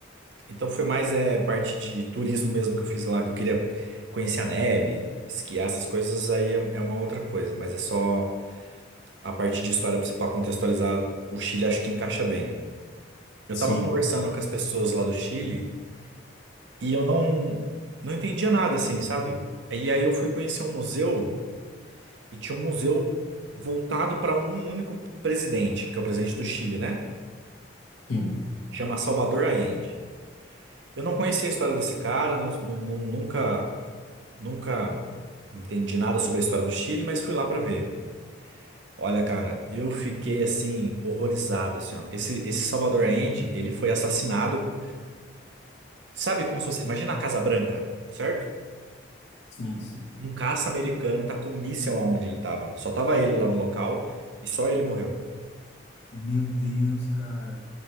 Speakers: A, on the right (about 70°); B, on the left (about 65°).
A: Então foi mais é, parte de turismo mesmo que eu fiz lá, que eu queria conhecer a neve, esquiar essas coisas, aí é, é uma outra coisa, mas é só a parte de história para contextualizar o Chile, acho que encaixa bem. Eu
B: sim,
A: tava conversando com as pessoas lá do Chile e eu não não entendia nada assim, sabe? E aí eu fui conhecer um museu e tinha um museu voltado para um único presidente, que é o presidente do Chile, né?
B: sim,
A: Chama Salvador Allende. Eu não conhecia a história desse cara, não, não- nunca Nunca entendi nada sobre a história do Chile, mas fui lá pra ver. Olha, cara, eu fiquei assim horrorizado assim, ó. Esse esse Salvador Allende, ele foi assassinado, sabe como se fosse, imagina a Casa Branca, certo?
B: sim, sim.
A: Um caça americano tacou míssil aonde ele tava. Só tava ele lá no local e só ele morreu.
B: Meu Deus, cara.